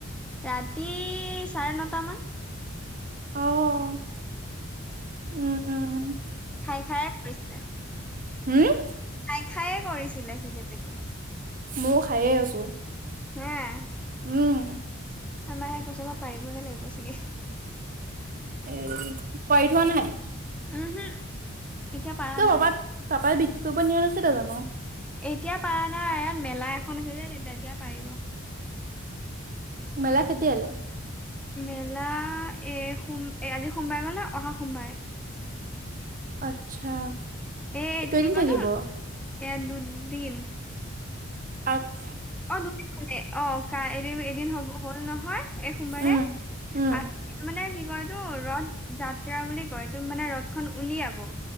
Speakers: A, in the centre; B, on the right.
A: ৰাতি চাৰে নটামান।
B: আহ! উম, উম, উম।
A: খাই খাইয়ে কৰিছিলে।
B: হম?
A: খাই খাইয়ে কৰিছিলে সি লেটেকো।
B: ময়ো খায়ে আছোঁ।
A: হম।
B: উম।
A: আমাৰ এ গছৰ পৰা পাৰিবহে লাগিব চাগে।
B: এ পাৰি থোৱা নাই?
A: উম হম এতিয়া পাৰা
B: কিয়
A: নাই
B: পাপা পাপাই বিক্ৰী কৰিব নিয়া নাছিলে জানো?
A: এতিয়া পাৰা নাই। ইয়াত মেলা এখন আছে যে তেতিয়া পাৰিব।
B: মেলা কেতিয়ালে?
A: মেলা এ সোম এ আজি সোমবাৰে গ'ল নহয় অহা সোমবাৰে।
B: আচ্ছা!
A: এ এইটো
B: কেইদিন
A: কি কয়তো
B: থাকিব?
A: এ দুদিন।
B: আত
A: অ', দুদিন বোলে অ' কালিলে এদিন হ'ব হ'ল নহয়। এই সোমবাৰে
B: উম, উম,
A: আঠ মানে কয়তো ৰথ যাত্ৰা বুলি কয়টো মানে ৰথখন উলিয়াব।